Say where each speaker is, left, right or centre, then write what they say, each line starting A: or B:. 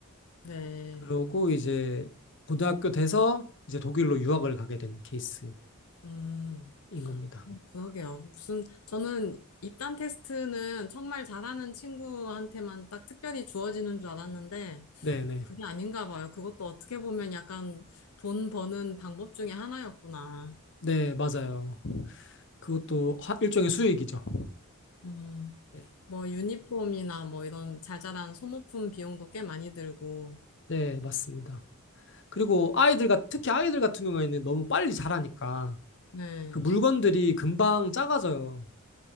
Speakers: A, on the left (about 80°); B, on the left (about 55°).
A: 네,
B: 그러고 이제 고등학교 돼서 이제 독일로 유학을 가게 된 케이스인
A: 음,
B: 겁니다.
A: 뭐 그러게요. 무슨, 저는 입단 테스트는 정말 잘하는 친구한테만 딱 특별히 주어지는 줄 알았는데,
B: 네네. 네,
A: 그게 아닌가 봐요. 그것도 어떻게 보면 약간 돈 버는 방법 중에 하나였구나.
B: 네, 맞아요. 그것도 하- 일종의 수익이죠.
A: 음.
B: 네,
A: 뭐 유니폼이나 뭐 이런 자잘한 소모품 비용도 꽤 많이 들고,
B: 네, 맞습니다. 그리고 아이들과 특히 아이들 같은 경우에는 너무 빨리 자라니까
A: 네.
B: 그 물건들이 금방 작아져요.